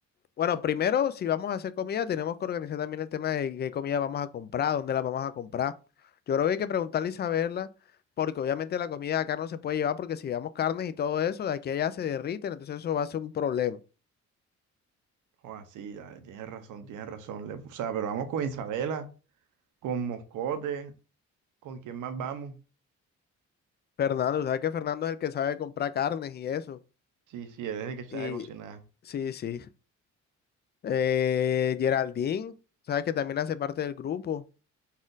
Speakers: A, on the left; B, on the right.
A: bueno, primero, si vamos a hacer comida, tenemos que organizar también el tema de qué comida vamos a comprar, dónde la vamos a comprar. Yo creo que hay que preguntarle y saberla, porque obviamente la comida de acá no se puede llevar, porque si llevamos carnes y todo eso, de aquí a allá se derriten, entonces eso va a ser un problema.
B: Joder, sí, dale, tienes razón, tienes razón. Le- o sea, pero vamos con Isabela, con Moscote, ¿con quién más vamos?
A: Fernando, ¿sabes que Fernando es el que sabe comprar carnes y eso?
B: Sí, sí, él es el que sabe
A: Y
B: cocinar.
A: sí, sí. Eh, Geraldine, ¿sabes que también hace parte del grupo?